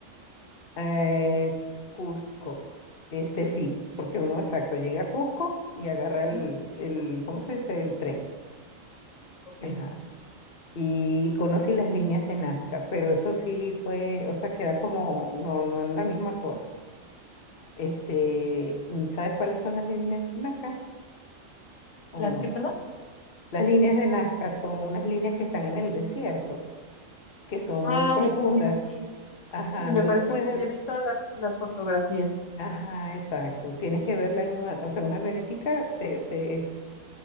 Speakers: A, on the left; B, on the left.
A: Eh, Cusco. Este sí, porque uno exacto llega a Cusco y agarra el,
B: Ujú,
A: el, ¿cómo se dice? El tren.
B: Ok.
A: Ajá. Y conocí las líneas de Nazca, pero eso sí fue, o sea, queda como, no, no en la misma zona. Este, mm, ¿sabes cuáles son las líneas de Nazca o
B: ¿Las
A: no?
B: que, perdón?
A: Las líneas de Nazca son unas líneas que están en el desierto, que son
B: Ah,
A: muy profundas.
B: me parece que sí.
A: Ajá,
B: Sí, me
A: no
B: parece
A: las puedes,
B: que sí. He visto las, las fotografías.
A: Ajá, exacto. Tienes que verla en una, o sea, en una avionetica te, te,